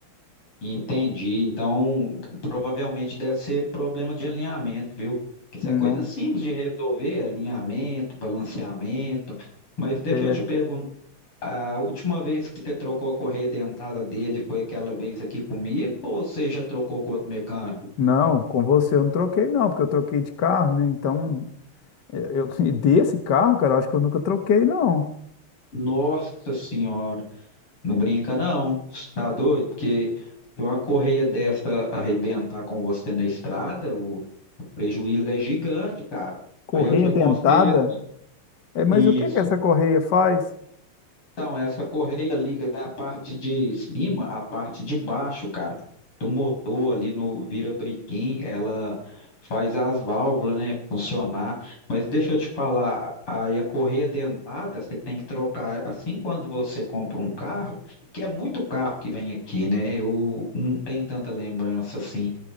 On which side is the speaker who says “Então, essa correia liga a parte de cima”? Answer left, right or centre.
Left